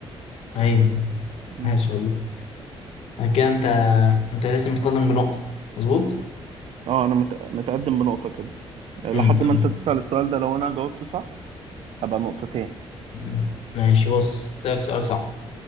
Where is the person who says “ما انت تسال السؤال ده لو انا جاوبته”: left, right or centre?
Right